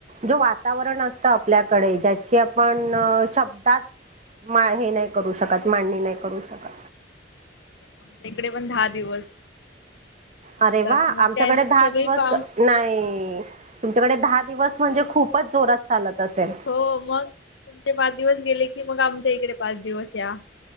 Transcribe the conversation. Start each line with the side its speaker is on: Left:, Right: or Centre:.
Right: जो वातावरण असत आपल्याकडे अशी आपण शब्दात माळणी हे नाही करू शकत, मांडणी नाही करू शकत.
Left: आमच्या इकडे पण दहा दिवस असतात
Right: अरे वा
Left: मग
Right: आमच्याकडे
Left: त्या
Right: दहा
Left: सगळी
Right: दिवस
Left: पाव.
Right: नाही तुमच्याकडे दहा दिवस म्हणजे खूपच जोरात चालत. असेल
Left: हो मग, तुमचे पाच दिवस गेले की मग आमच्या इकडे पाच दिवस या.